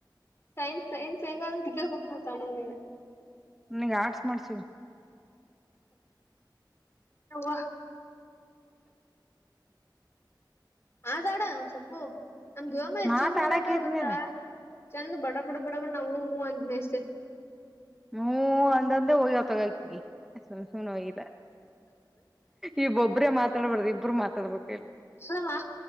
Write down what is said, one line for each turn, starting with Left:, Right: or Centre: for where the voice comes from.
Left: ಸೈನ್ಸ್ ಸೈನ್ಸ್ ಎಂಗಾಲ ದಿಕ್ಕಾ ಪಕ್ಕ ತಮ್ಮನೆ
Centre: ನನ್ಗ್ ಆರ್ಟ್ಸ್ ಮಾಡ್ಸ್
Left: ಯ ಅಾಡ ಒಂದ್ ಸೊಪ್ಪು ನಮ್ ದೀವಮ್ಮ ಎಷ್ಟ್
Centre: ಮಾತಾಡಕೈತ್ನಲ್ಲ
Left: ಚಂದ ಮಾತಾಡ್ತ ಆಗತ್ತಾ ಚಂದ ಬಡ ಬಡ ಬಡ ಬಡ ನಾೂ ಅ್ೆ ಇಷ್ಟೇ
Centre: ಹ ಅಂದಂದೆ ಹೋಗ್ಯ ತಗಾಕಿಗೆ ಸುಮ್ ಸುನ್ ಹೋಗಿಲ್ಲ ಇಬೊಬ್ಬ್ರೇ ಮಾತಾಡ್ಬಾರ್ದು ಇಬ್ಬರು ಮಾತಾಡ್ಬೇಕ ಇಲ್ಲಿ
Left: ಅಲ್ಲಾ